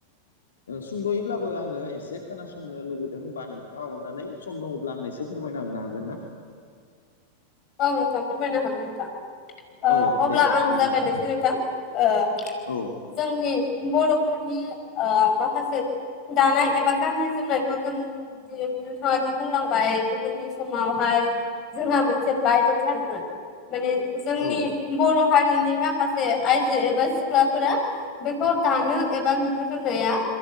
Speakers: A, on the left; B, on the left.
A: सुंद'ययोब्लाबो आङो एसे खोनासंनो लुबैदों हबा नोंथाङा अननानै। सम दङब्ला आंनोसो फोरमायना होनो हागोन ना
B: औ नोंथां फोरमायनो हागोन नोंथां। ओ
A: औ
B: अब्ला
A: दे
B: आं
A: अननानै
B: जागायनोसै नोंथां ओ।
A: औ
B: जोंनि बर'फोरनि माखासे दानाय एबा गाननाय जोमनायखौ जों नोंथाङा दि बुंलांबाय गोदोनि समावहाय जोंहा मोनसे। बायद'थारमोन माने जोंनि
A: औ
B: बर' हारिनि माखासे आइजो एबा सिख्लाफोरा बेखौ दानो एबा बा लुनो रोंनाया